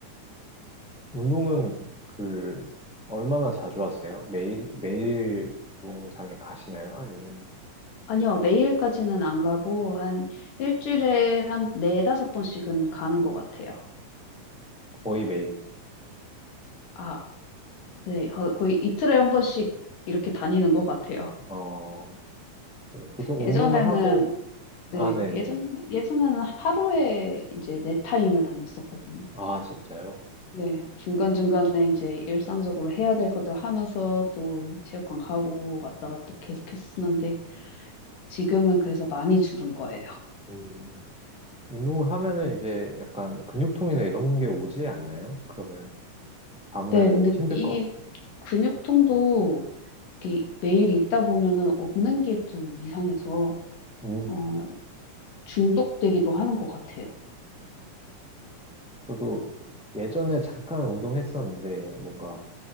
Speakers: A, in the centre; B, on the left (about 85°).
A: 운동은 그 얼마나 자주 하세요? 매일 매일 운동장에 가시나요? 아니면
B: 아니요, 매일까지는 안 가고, 한 일주일에 한 네다섯 번씩은 가는 것 같아요.
A: 거의 매일?
B: 아, 네. 거- 거의 이틀에 한 번씩 이렇게 다니는 것 같아요.
A: 어 보통
B: 예전에는,
A: 운동을 하고
B: 네,
A: 아 네네
B: 예전, 예전에는 하루에 이제 네 타임을 다녔었거든요.
A: 아 진짜요?
B: 네, 중간중간에 이제 일상적으로 해야 될 것들 하면서 또 체육관 가고 왔다 갔다 계속 했었는데, 지금은 그래서 많이 줄은 거예요.
A: 음, 운동을 하면은 이제 약간 근육통이나 이런 게 오지 않나요? 그러면 다음날
B: 네,
A: 너무
B: 근데
A: 힘들
B: 이
A: 것 같아요.
B: 근육통도 이게 매일 있다 보면은 없는 게 좀 이상해서
A: 음,
B: 어, 중독되기도 하는 것 같아요.
A: 저도 예전에 잠깐 운동했었는데 뭔가